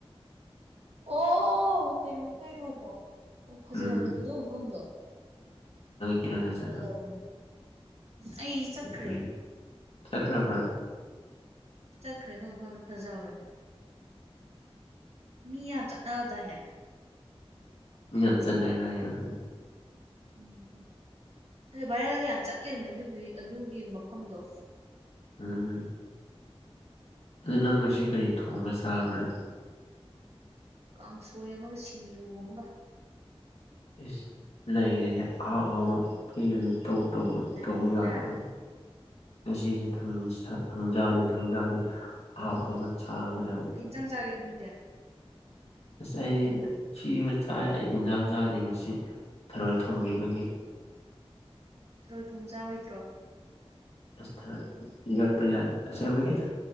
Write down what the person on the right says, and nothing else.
ꯑꯣ ꯀꯩꯅꯣꯒꯤ ꯀꯩꯅꯣꯗꯣ ꯑꯣ ꯐꯖꯕꯅꯤꯀꯗꯣ
ꯃꯐꯝꯗꯣ
ꯐꯖꯕꯅꯤ ꯑꯩ ꯆꯠꯈ꯭ꯔꯦ
ꯆꯠꯈ꯭ꯔꯦ ꯅ ꯃ ꯐꯐꯝꯗꯣ ꯐꯖꯕꯅꯦ ꯃꯤ ꯌꯥꯝ ꯆꯠꯅꯔꯗꯏꯅꯦ
ꯎꯝ ꯑꯗ ꯚꯥꯏꯔꯦꯜꯒ ꯌꯥꯝ ꯆꯠꯂꯤꯕꯅꯦ ꯑꯗꯨꯒꯤ ꯑꯗꯨꯒꯤ ꯃꯐꯝꯗꯣ
ꯀꯥꯡꯁꯣꯏ ꯑꯃꯒ ꯁꯤꯡꯖꯨ ꯑꯃꯒ
ꯅꯩꯕ꯭ꯔꯥ
ꯀꯩ ꯏꯟꯁꯥꯡ ꯆꯥꯒꯦ ꯅꯪꯗꯤ
ꯇꯣ ꯊꯣꯡ ꯆꯥꯕ ꯍꯩꯇ꯭ꯔꯣ